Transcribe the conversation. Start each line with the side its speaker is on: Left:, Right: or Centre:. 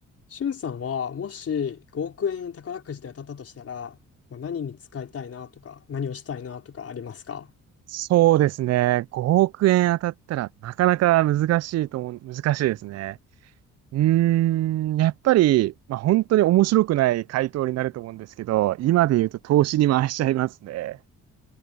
Left: しゅんさんは、もし5億円宝くじで当たったとしたら、まあ、何に使いたいなとか、何をしたいなとかありますか
Right: そうですね。5億円当たったらなかなか難しいと思う、難しいですね。うーん、やっぱり、まあ、本当に面白くない回答になると思うんですけど、今で言うと投資に回しちゃいますね。